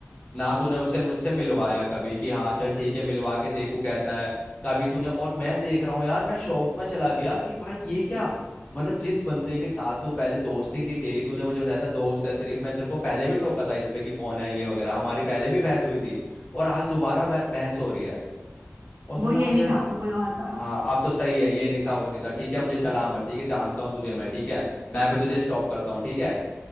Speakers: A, on the left; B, on the right.
A: ना तूने उसे मुझसे मिलवाया कभी कि हाँ चल ठीक है मिलवा के देखू कैसा है कभी तूने और मैं देख रहा हूँ यार मैं शॉक्ड में चला गया कि भाई ये क्या मतलब जिस बंदे के साथ तू पहले दोस्ती थी तेरी तूने मुझे बताया था दोस्त है सिर्फ मैं तेरे को पहले भी टोका था इस पे कि कौन है ये वगैरह हमारी पहले भी बहस हुई थी और आज दोबारा बह- बहस हो रही है और तूने
B: वो ये
A: मुझे
B: नहीं था वो कोई और था
A: हाँ अब तो सही है ये नहीं था वो नहीं था ठीक है मुझे चला मत ठीक है जानता हूँ तुझे मैं ठीक है मैं भी तुझे स्टॉक करता हूँ ठीक है